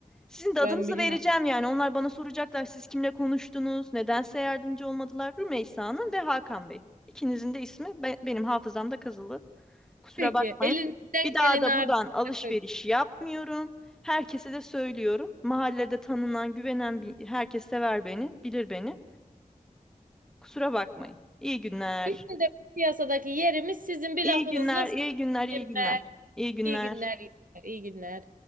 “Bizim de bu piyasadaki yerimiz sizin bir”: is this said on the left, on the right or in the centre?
Right